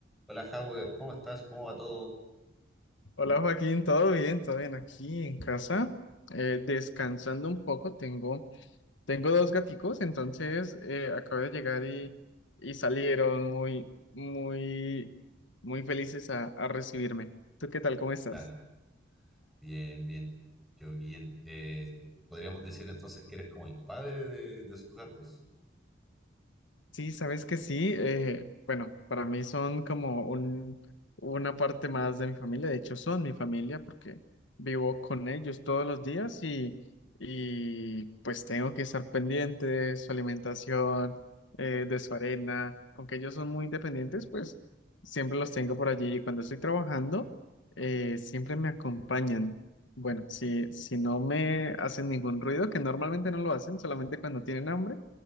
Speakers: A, in the centre; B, on the left.
A: Hola, Howard, ¿cómo estás? ¿Cómo va todo?
B: Hola Joaquín, ¿todo bien? ¿Todo bien aquí en casa? eh, descansando
A: Qué-
B: un poco, tengo, tengo dos gaticos, entonces eh, acabo de llegar y, y salieron muy, muy, muy felices a, a recibirme. ¿Tú qué tal? ¿Cómo estás?
A: Claro, bien, bien. Yo bien. Eh, podríamos decir entonces que eres como el padre de, de sus gatos.
B: Sí, sabes que sí. eh, bueno, para mí son como un, una parte más de mi familia. De hecho, son mi familia porque vivo con ellos todos los días y, y pues tengo que estar pendiente de su alimentación, eh, de su arena. Aunque ellos son muy independientes, pues siempre los tengo por allí. Y cuando estoy trabajando, eh, siempre me acompañan. Bueno, si, si no me hacen ningún ruido, que normalmente no lo hacen, solamente cuando tienen hambre,